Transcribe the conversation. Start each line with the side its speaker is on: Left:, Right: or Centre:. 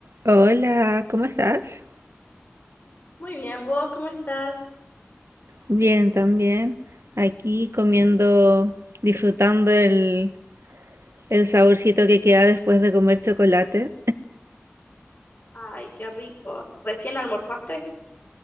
Right: Hola, ¿cómo estás?
Left: Muy bien, ¿vos cómo estás?
Right: Bien, también. Aquí comiendo, disfrutando el, el saborcito que queda después de comer chocolate.
Left: Ay, qué rico. ¿Recién almorzaste?